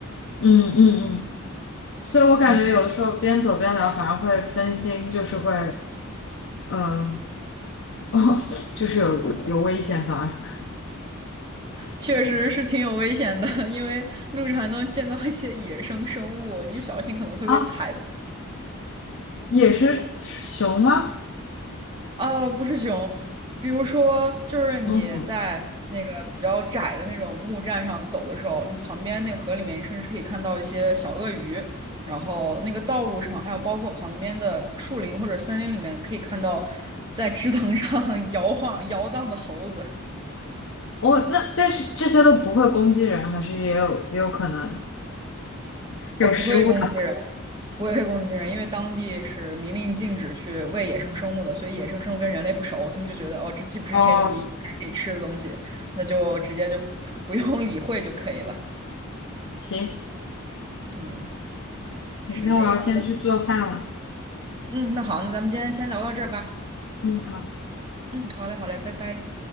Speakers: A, on the left (about 60°); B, on the right (about 20°).
A: 嗯嗯嗯，所以我感觉有的时候边走边聊反而会分心，
B: 嗯，
A: 就是会嗯。呃 <laughs> 哦，就是有有危险，反而
B: 确实是挺有危险的，因为路上还能见到一些野生生物，一不小心可能会被踩到。
A: 啊，也是熊吗？
B: 呃，不是熊，比如说，就是你在那个比较窄的那种木栈上走的时候，
A: 松鼠？
B: 你旁边那个河里面，你甚至可以看到一些小鳄鱼，然后那个道路上，还有包括旁边的树林或者森林里面，可以看到在枝藤上 <laughs> 摇晃摇荡的猴子，
A: 哦，那但是这些都不会攻击人，还是也有也有可能有食物的。
B: 啊、不会攻击人。不会被攻击人，因为当地是明令禁止去喂野生生物的，所以野生生物跟人类不熟，他们就觉得哦，这既不是天敌，
A: 哦，
B: 也不是可以吃的东西，那就直接就不用理会就可以了。
A: 行
B: 嗯，
A: 行，
B: 是这样。
A: 那我要先去做饭了。
B: 嗯，那好，那咱们今天先聊到这儿吧。
A: 嗯，好。
B: 嗯，好嘞，好嘞，拜拜。